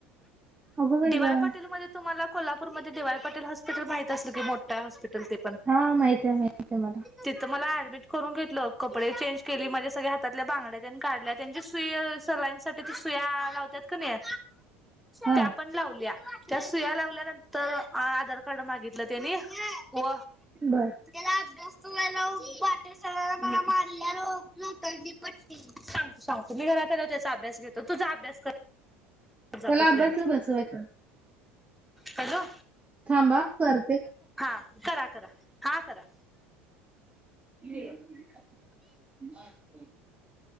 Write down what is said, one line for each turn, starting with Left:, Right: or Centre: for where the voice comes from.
Right: अगं बाई
Centre: दिवाय
Right: गं
Centre: पाटील म तुम्हाला कोल्हापूरमध्ये दिवाय पटे हॉस्पिट माती असल की मोठा हॉस्िटल पण
Right: हा माहित आहे माहित आहे मला
Centre: तिथ मला ट करून घेतलं कपडे चेंज केली म्हणजे सगळ्या हातल्या बांड्या त्यांनी काढल्या त्यांच्या सुय सलांसाठी सुया लावतात का नाही
Right: हा
Centre: त्या पण लावल्या त्या सुया लावल्यानंतर आधार कार्ड मागितलं त्यानी ब
Right: बर
Centre: त्याला तुमला वाटे सराला म मारल्यालात पट्ट घरात त्याचा अभ्यास घेतो तुझा अभ्यास कर जा
Right: त्याला
Centre: तोपर्यंत
Right: असला बसवायचं
Centre: हॅलो
Right: थांबा कर
Centre: हा करा करा हा करा
Right: ह